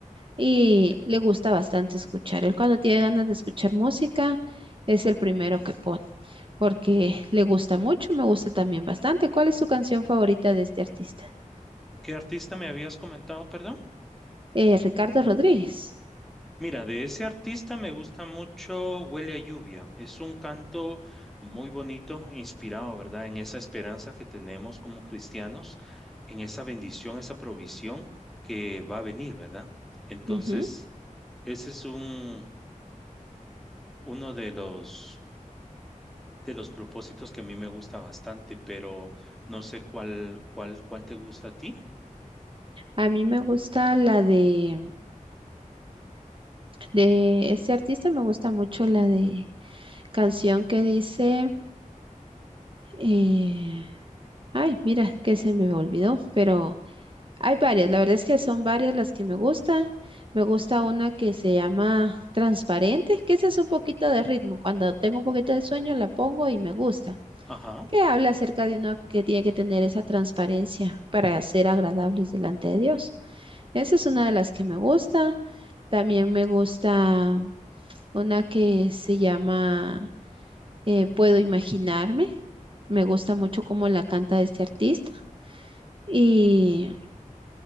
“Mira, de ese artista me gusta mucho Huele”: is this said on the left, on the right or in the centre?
Centre